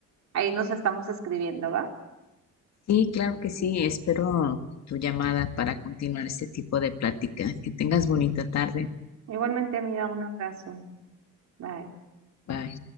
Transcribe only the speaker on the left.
Sí, claro que sí. Espero tu llamada para continuar este tipo de plática. Que tengas bonita tarde.
Bye.